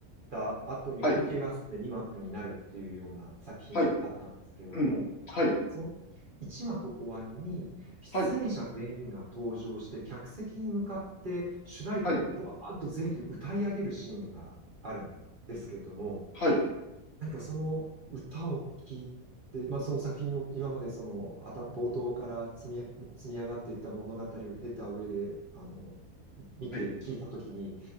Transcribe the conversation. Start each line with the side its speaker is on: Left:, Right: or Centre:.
Right: た後に休憩が挟んで2幕になるっていうような作品だったんですけれども、
Left: はい、はい、はい、うん、はい、
Right: その1幕終わりに、出演者全員が登場して、
Left: はい、
Right: 客席に向かって主題歌をバーッと全員で歌い上げるシーンがあるんですけれども、
Left: はい、はい、
Right: 何かその歌を聴いて、まあ、その作品を今までそのあた冒頭から積み、積み上がっていった物語を経た上で、あの、見て聞いたときに、
Left: はい、